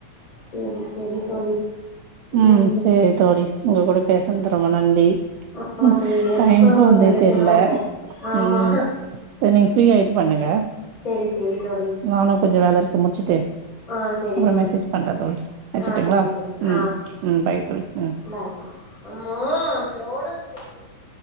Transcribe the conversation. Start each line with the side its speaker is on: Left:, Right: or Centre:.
Left: சரி சரி தோழி
Right: ம்
Left: நம்ப
Right: சரி தோழி உங்க கூட பேசுது ரொம்ப நன்றி
Left: ஆமா
Right: ம்
Left: தோழி எனக்கு
Right: டையம் போனதே
Left: ரொம்ப சந்தோஷமா
Right: தெரில
Left: இருக்கு ஆமா
Right: ம் சரி நீங்க ஃப்ரீ ஆயிட்டு பண்ணுங்க
Left: சரி சரி தோழி
Right: நானும் கொஞ்சம் வேல இருக்கு முடிச்சுட்டு
Left: ஆ செரி
Right: அப்புறம்
Left: தோழி
Right: மெசேஜ் பண்றன் தோழி வச்சுட்டுங்களா
Left: ஆ செரி தோழி
Right: ம்
Left: ஆ
Right: ம் பை தோழி ம்
Left: பாய் தோழி